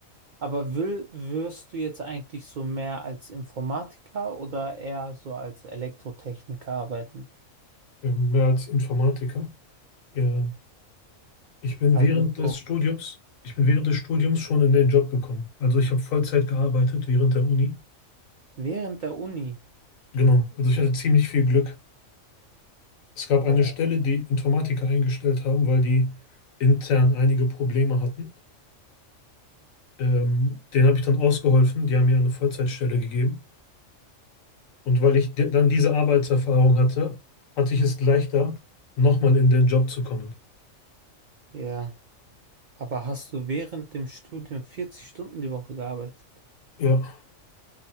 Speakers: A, on the right; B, on the left.
A: Aber will, wirst du jetzt eigentlich so mehr als Informatiker oder eher so als Elektrotechniker arbeiten?
B: ja, mehr als Informatiker. Ja, ich bin
A: Also
B: während
A: so
B: des Studiums, ich bin während des Studiums schon in den Job gekommen. Also ich habe Vollzeit gearbeitet während der Uni.
A: während der Uni.
B: Genau, also ich hatte ziemlich viel Glück. Es gab eine
A: Boah,
B: Stelle, die Informatiker eingestellt haben, weil die intern einige Probleme hatten. Ähm, denen habe ich dann ausgeholfen. Die haben mir eine Vollzeitstelle gegeben. Und weil ich di- dann diese Arbeitserfahrung hatte, hatte ich es leichter, nochmal in den Job zu kommen.
A: ja. Aber hast du während dem Studium 40 Stunden die Woche gearbeitet?
B: Ja,